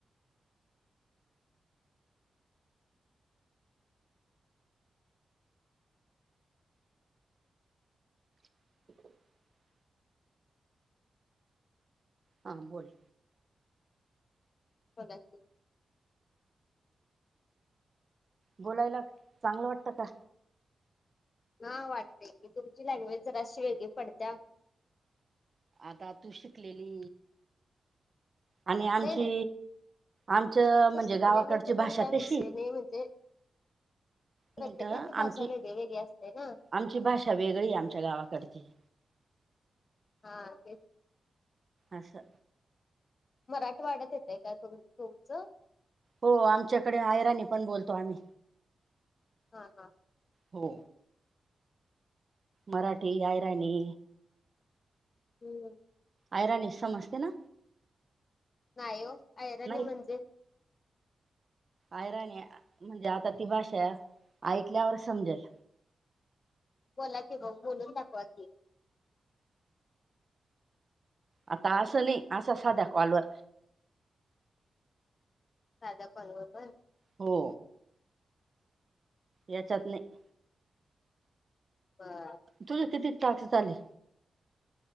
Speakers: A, on the right; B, on the left.
A: <unintelligible> हां बोल
B: बघा की
A: बोलायला चांगलं वाटतं का?
B: हा वाटतेय की तुमची लँग्वेज जराशी वेगळी पडत्या.
A: आता तू शिकलेली आणि आमची
B: नाही नाही
A: आमचं
B: असं
A: म्हणजे
B: शिकलेलेच
A: गावाकडची
B: पण
A: भाषा
B: काय
A: तशी
B: विषय नाही म्हणजे प्रत्येकाची
A: मिनट आमची
B: भाषा वेगळी वेगळी असते ना!
A: आमची भाषा वेगळी आमच्या गावाकडची
B: हा ते
A: असं
B: मराठवाड्यात येतं काय तुमचं.
A: हो आमच्याकडे आयरानी पण बोलतो आम्ही
B: हा हा.
A: हो मराठी, आयराणी
B: हम्.
A: आयराणी समजते असते ना?
B: नाही ओ आयराणी
A: नाही
B: म्हणजे
A: आयराने म्हणजे आता ती भाषा ऐकल्यावर समजेल
B: बोला की मग बोलून दाखवा की
A: आता असं नाही अशा साध्या कॉलवर
B: साध्या काॅलवर होय.
A: हो. याच्यात नाही.
B: बर
A: तुझं किती तास झाले.